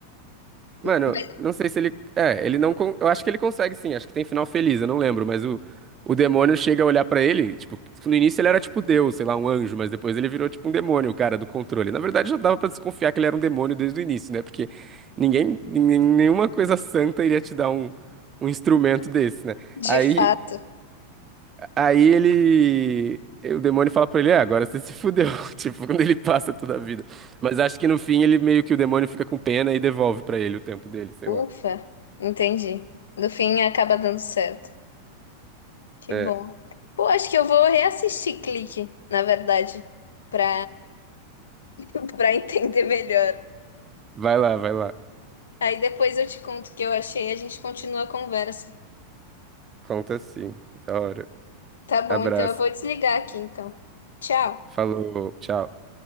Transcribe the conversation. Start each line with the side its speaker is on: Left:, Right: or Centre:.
Right: Mano,
Left: mas
Right: não sei se ele. É, ele não. con- Eu acho que ele consegue sim, acho que tem final feliz, eu não lembro, mas o, o demônio chega a olhar pra ele, tipo, no início ele era tipo Deus, sei lá, um anjo, mas depois ele virou tipo um demônio, o cara do controle. Na verdade já dava pra desconfiar que ele era um demônio desde o início, né? Porque ninguém, ninguém- nenhuma coisa santa iria te dar um, um instrumento desse, né? Aí,
Left: de fato,
Right: aí ele. O demônio fala pra ele, é, agora você se fudeu, <laughs> tipo, quando ele passa toda a vida. Mas acho que no fim ele meio que o demônio fica com pena e devolve pra ele o tempo dele, sei
Left: ufa,
Right: lá.
Left: entendi. No fim acaba dando certo. Que
Right: É,
Left: bom. Pô, acho que eu vou reassistir Clique, na verdade, pra, <laughs> pra entender melhor.
Right: vai lá, vai lá.
Left: Aí depois eu te conto o que eu achei e a gente continua a conversa.
Right: Conta sim. Da hora.
Left: Tá bom,
Right: Abraço.
Left: então eu vou desligar aqui então. Tchau.
Right: Falou, tchau.